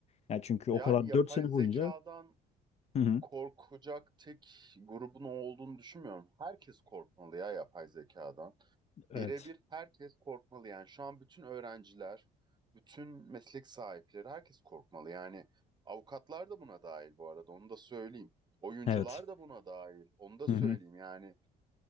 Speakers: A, on the left (about 40°); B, on the right (about 25°).
A: Yani çünkü
B: Yani
A: o kadar
B: yapay
A: 4 sene
B: zekadan
A: boyunca Hı hı.
B: korkacak tek grubun o olduğunu düşünmüyorum. Herkes korkmalı ya yapay zekadan.
A: Evet.
B: Birebir herkes korkmalı yani. Şu an bütün öğrenciler, bütün meslek sahipleri herkes korkmalı. Yani avukatlar da buna dahil bu arada onu da söyleyeyim. Oyuncular
A: Evet.
B: da buna dahil onu da
A: Hı
B: söyleyeyim.
A: hı.
B: Yani